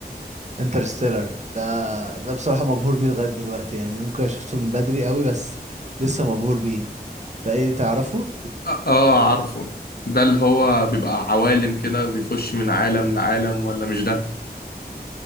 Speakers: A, on the right; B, on the left.
A: انترستيلر ده ده بصراحة مبهور بيه لغاية دلوقتي يعني ممكن شفته من بدري قوي بس لسه مبهور بيه ده ايه تعرفه
B: آه آه، عارفه ده اللي هو بيبقى عوالم كده بيخش من عالم لعالم ولا مش ده